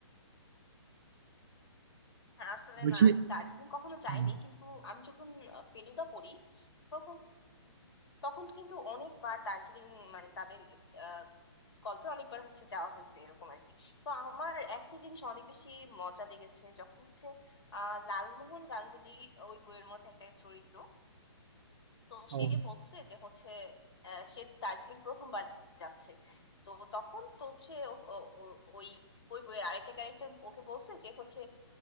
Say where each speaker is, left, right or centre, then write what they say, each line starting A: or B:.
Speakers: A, on the left (about 65°); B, on the right (about 45°).
A: হ্যাঁ আসলে
B: বলছি
A: না আমি দার্জিলিং কখনো যাইনি
B: হুম,
A: কিন্তু আমি যখন আহ, ফেলুদা পড়ি তখন তখন কিন্তু অনেকবার দার্জিলিং মানে তাদের আহ, গল্পে অনেকবার হচ্ছে যাওয়া হয়েছে এরকম আর কি তো আমার একটা জিনিস অনেক বেশি মজা লেগেছে যখন হচ্ছে আহ লালমোহন গাঙ্গুলি ওই বইয়ের মধ্যে একটা চরিত্র তো
B: ও
A: সে বলছে যে হচ্ছে আহ, সে দার্জিলিং প্রথমবার যাচ্ছে তো তখন তো সে ও- ও- ও- ওই ওই বইয়ের আরেকটা ক্যারেক্টার ওকে বলছে যে হচ্ছে